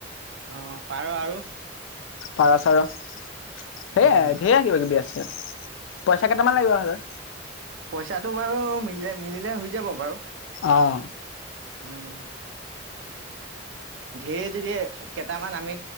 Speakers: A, on the right (about 75°); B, on the left (about 85°).
A: অ পাৰ আৰু
B: পাৰা চাৰ। সেয়াাই
A: উম
B: ঢেয়া কিবা কিবি আছে। পইচা কেইটামান লাগিব হলে।
A: পইচাটো বাৰু মিলে মিলিলে হৈ যাব বাৰু।
B: আহ।
A: উম। ধেৰ যদি কেইটামান আমি